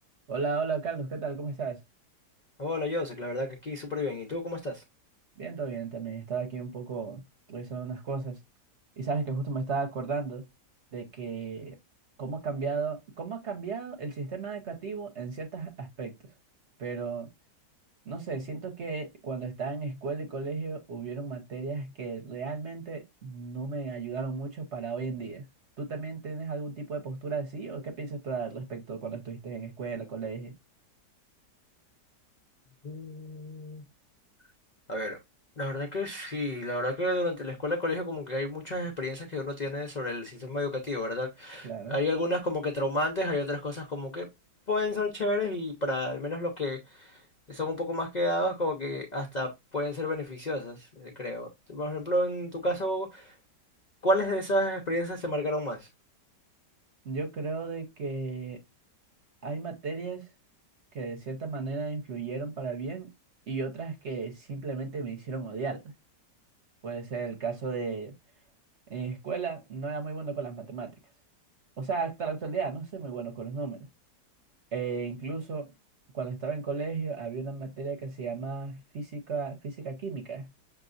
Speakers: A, on the right (about 50°); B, on the left (about 55°).
A: Hola, hola Carlos, ¿qué tal? ¿Cómo estás?
B: Hola, Joseph, la verdad que aquí súper bien. ¿Y tú cómo estás?
A: Bien, todo bien también. Estaba aquí un poco revisando unas cosas y sabes que justo me estaba acordando de que cómo ha cambiado, cómo ha cambiado el sistema educativo en ciertos aspectos. Pero no sé, siento que cuando estaba en escuela y colegio hubieron materias que realmente no me ayudaron mucho para hoy en día. ¿Tú también tienes algún tipo de postura así o qué piensas tú al respecto cuando estuviste en escuela, colegio?
B: Mm, A ver, la verdad que sí, la verdad que durante la escuela, colegio, como que hay muchas experiencias que uno tiene sobre el sistema educativo, ¿verdad?
A: Claro.
B: Hay algunas como que traumantes, hay otras cosas como que pueden ser chéveres y para al menos los que son un poco más quedados, como que hasta pueden ser beneficiosas, eh, creo. Por ejemplo, en tu caso, ¿cuáles de esas experiencias te marcaron más?
A: Yo creo de que Hay materias que de cierta manera influyeron para bien y otras que simplemente me hicieron odiarlas. Puede ser el caso de en escuela no era muy bueno con las matemáticas. O sea, hasta la actualidad no soy muy bueno con los números. E incluso cuando estaba en colegio había una materia que se llamaba física, física química